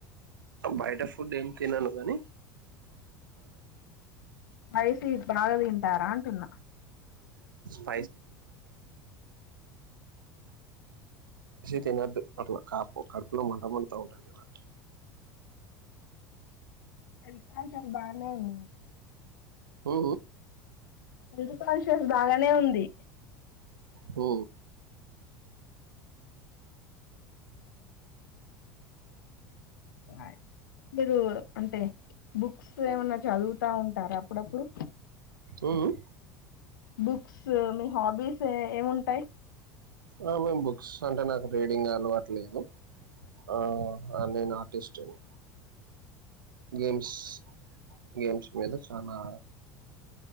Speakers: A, on the right; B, on the left.
A: బయట ఫుడ్ ఏం తినను కాగానీ
B: వైసిీ భారదంటారా తిన్నా
A: అ తినద్దు అట్లా కాపు కడుపులో మంట మంటతో ఉంటది కదా
B: చకా చ బానే ఉంది
A: హఓ
B: హెల్త్ కాన్షియస్ బాగానే ఉంది
A: మ్
B: హాయ్. మీరు అంటే బుక్స్ ఏమన్నా చదువు. తా ఉంటారా అప్పుడప్పుడు.
A: ఉమ్మ్.
B: బుక్స్ మీ హాబీస్ ఏముంటాయి.
A: ఆహ్ మేము బుక్స్ అంటే నాకు రీడింగ్ అలవాట్లేదు. ఆహ్ నేను ఆ. ర్టిస్ట్ ని. గేమ్స్ గేమ్స్ మీద చానా.